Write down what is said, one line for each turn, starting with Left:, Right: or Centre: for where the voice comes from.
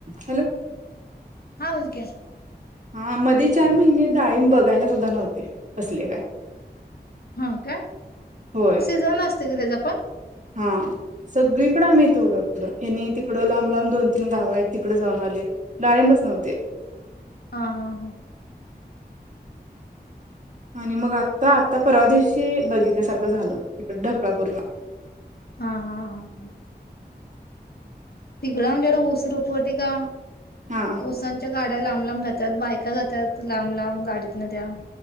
Right: हॅलो.
Left: हा हुलक्या.
Right: हा मध्ये चार महिने डाळिंब बघायला सुद्धा नव्हते कसले काय.
Left: हा काय
Right: होय
Left: शिजवलस. कधी जायचं आपण?
Right: हा सगळीकडे आम्ही इथे ओळखलो, हेनी तिकडं लांब लांब दोन तीन गाव आहेत तिकड जाऊन आलेत, डाळिंबच नव्हते.
Left: हा हा हा.
Right: आणि मग आता आत्ता परवा दिवशी बघितल्यासारखं झालं इकड ढकळापूरला.
Left: हा हा हा. तिकड आन् जेवढं उस उपटते का?
Right: हा
Left: उसाच्या गाड्या लांब लांब जात्यात, बायका जात्यात लांब लांब गाडीत न त्या्या